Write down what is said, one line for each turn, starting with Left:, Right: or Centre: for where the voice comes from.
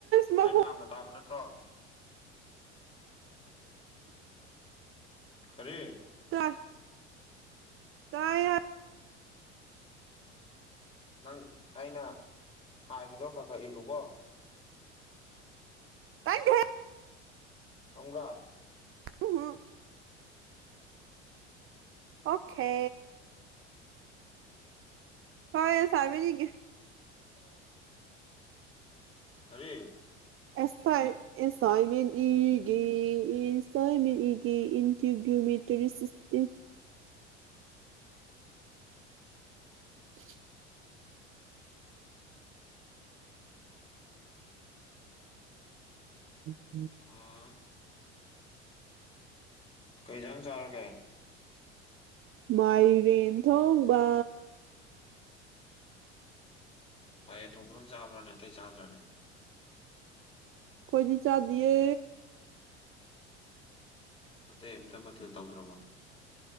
Right: ꯃꯈꯣꯟ
Left: ꯑꯩꯅ ꯉꯥꯡꯕ ꯇꯥꯕ ꯅꯠꯇ ꯇ꯭ꯔꯣ ꯀꯔꯤ
Right: <unintelligible> ꯇꯥꯏ
Left: ꯅꯪ ꯑꯩꯅ ꯍꯥꯏꯕꯗꯣ ꯈꯔ ꯈꯔ ꯏꯜꯂꯨꯀꯣ
Right: <unintelligible>
Left: <unintelligible>
Right: <unintelligible> ꯑꯣꯈꯦ ꯍꯣꯏ ꯁꯥꯏꯃꯅꯤꯒꯦ
Left: <unintelligible> ꯀꯔꯤ
Right: ꯑꯦꯁꯥꯏ ꯑꯦꯁꯥꯏꯃꯦꯟ ꯏꯒꯤ ꯏꯁ ꯁꯥꯏꯃꯦꯒꯤ ꯏꯟꯇꯤꯒ꯭ꯌꯨꯃꯤ ꯁꯤꯁꯇꯦꯝ <unintelligible> ꯎꯝ
Left: ꯑ ꯀꯩꯖꯥꯡ ꯆꯥꯔꯒꯦ
Right: ꯃꯥꯏꯔꯦꯟ ꯊꯣꯡꯕ
Left: ꯃꯥꯏꯔꯦꯟ ꯊꯣꯡꯕꯗꯪ ꯆꯥꯕ꯭ꯔ꯭ꯥꯅꯦ ꯑꯇꯩ ꯆꯥꯗ꯭ꯔꯅꯦ
Right: ꯑꯩꯈꯣꯏꯗꯤ ꯆꯥꯗꯤꯌꯦ
Left: ꯑꯇꯩ ꯑꯃꯇ ꯃꯊꯦꯜ ꯇꯧꯗ꯭ꯔꯕꯣ